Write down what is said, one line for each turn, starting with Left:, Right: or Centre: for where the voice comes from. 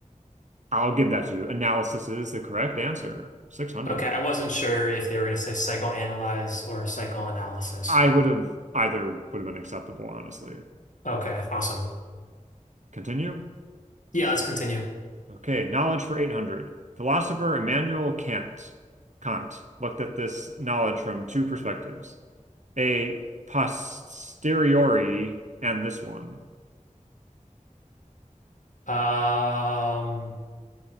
Right: I'll give that to you. Analysis is the correct answer. 600.
Left: Okay, I wasn't sure if they were gonna say psychoanalyze or psychoanalysis.
Right: I would have either would have been acceptable, honestly.
Left: Okay, awesome.
Right: Continue.
Left: Yeah, let's continue.
Right: Okay, knowledge for 800. Philosopher Immanuel Kant Kant looked at this knowledge from two perspectives, a posteriori and this one.
Left: Um,